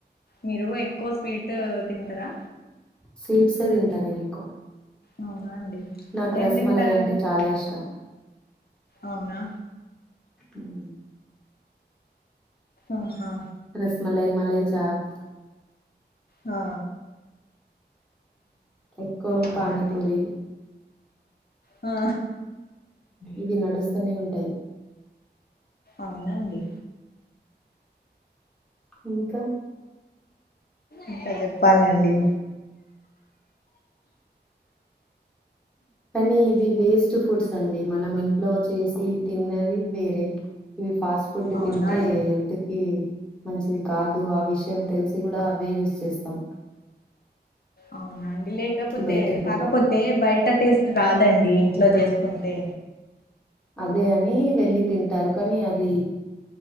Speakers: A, on the left; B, in the centre.
A: మీరు ఎక్కువ స్వీట్ తింటారా.
B: స్వీట్స్ ఎ తింటా నేన్ ఎక్కువ.
A: అవునా అండి.
B: నాకు
A: ఏం
B: రసమలయి
A: తింటారండి
B: అంటే చాలా ఇష్టం.
A: అవునా.
B: మ్మ్.
A: ఆహా.
B: రసమలయి మలయి చాక్.
A: ఆ.
B: ఎక్కువ
A: అవునా
B: పానీపూరి.
A: అండి ఆ.
B: ఇవి నడుస్తనే ఉంటాయి.
A: అవునండి.
B: ఇంకా.
A: ఇంకా చెప్పాలండి.
B: కానీ ఇది వేస్ట్ ఫుడ్స్ అండి మనం ఇంట్లో చేసి తిన్నది వేరే ఇవి ఫాస్ట్ ఫుడ్
A: అవునా
B: తింటే
A: అండి
B: హెల్త్ కి మంచిది కాదు ఆ విషయం తెలిసి కూడా అవే యూస్ చేస్తాం
A: అవునండి లేకపోతే
B: బయటి ఫుడ్
A: కాకపోతే బయట టేస్ట్ రాదండి ఇంట్లో చేసుకుంటే
B: అదే అని వెళ్ళి తింటారు కానీ అది